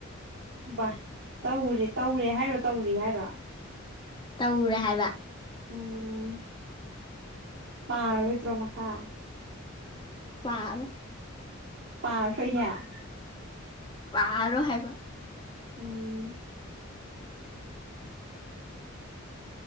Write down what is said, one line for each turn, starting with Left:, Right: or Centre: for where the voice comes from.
Right: ꯕꯥ ꯇꯧꯔꯤ ꯇꯧꯔꯦ ꯍꯥꯏꯔꯣ ꯇꯧꯔꯤ ꯍꯥꯏꯔꯣ
Left: ꯇꯧꯔꯦ ꯍꯥꯏꯕ
Right: ꯎꯝ ꯄꯥꯔꯔꯣꯏꯗ꯭ꯔꯣ ꯃꯈꯥ
Left: <unintelligible>
Right: ꯄꯥꯔ <unintelligible>
Left: ꯄꯥꯔꯣꯏ ꯍꯥꯏꯕ
Right: ꯎꯝ
Left: <unintelligible>